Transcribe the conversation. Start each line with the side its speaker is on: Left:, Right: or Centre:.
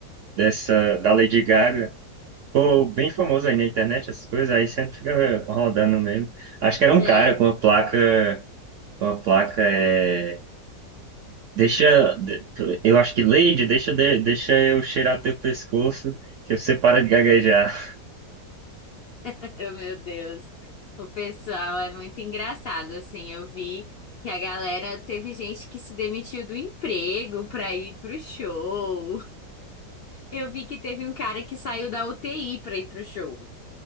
Right: dessa, da Lady Gaga. Pô, bem famoso aí na internet, essas coisas, aí sempre fica rodando mesmo. Acho que era um
Left: É.
Right: cara com uma placa, com uma placa, é. Deixa, de- eu acho que Lady, deixa, de- deixa eu cheirar teu pescoço, que você para de gaguejar.
Left: Oh, meu Deus. O pessoal é muito engraçado, assim. Eu vi que a galera teve gente que se demitiu do emprego pra ir pro show. Eu vi que teve um cara que saiu da UTI pra ir pro show.